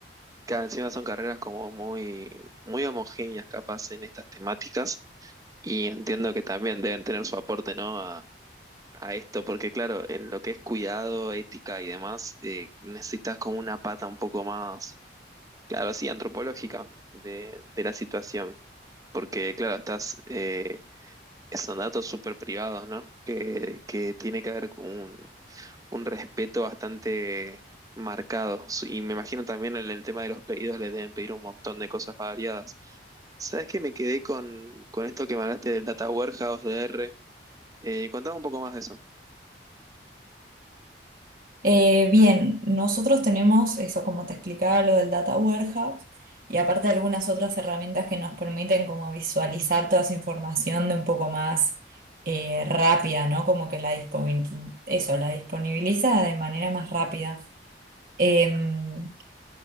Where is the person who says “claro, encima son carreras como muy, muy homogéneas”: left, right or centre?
Right